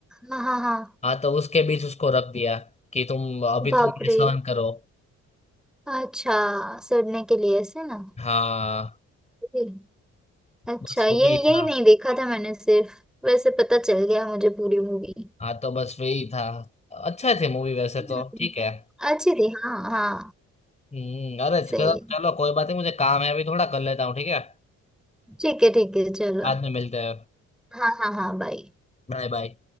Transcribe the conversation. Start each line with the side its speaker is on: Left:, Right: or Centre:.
Centre: हाँ हाँ हाँ
Left: हाँ तो उसके बीच उसको रख दिया कि तुम अभी
Centre: बाप
Left: तुम ये
Centre: रे
Left: सहन करो
Centre: अच्छा सड़ने के लिए ऐसे ना
Left: हाँ
Centre: जी। अच्छा
Left: बस
Centre: ये
Left: वही
Centre: यही
Left: था
Centre: नहीं देखा था मैंने सिर्फ वैसे पता चल गया मुझे पूरी मूवी
Left: हाँ तो बस वही था अच्छा थे मूवी वैसे
Centre: हम्म,
Left: तो ठीक है
Centre: अच्छी थी हाँ हाँ
Left: हम्म अरे चलो
Centre: सही
Left: चलो,
Centre: है।
Left: कोई बात नहीं मुझे काम है अभी थोड़ा कर लेता हूँ ठीक है
Centre: ठीक है ठीक है चलो
Left: बाद में मिलते हैं
Centre: हाँ हाँ हाँ बाय
Left: Bye bye